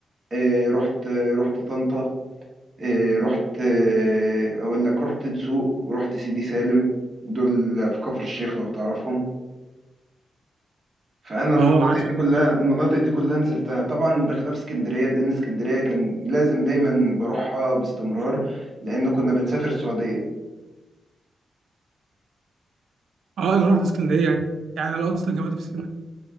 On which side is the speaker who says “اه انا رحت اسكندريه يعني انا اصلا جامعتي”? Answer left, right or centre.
Right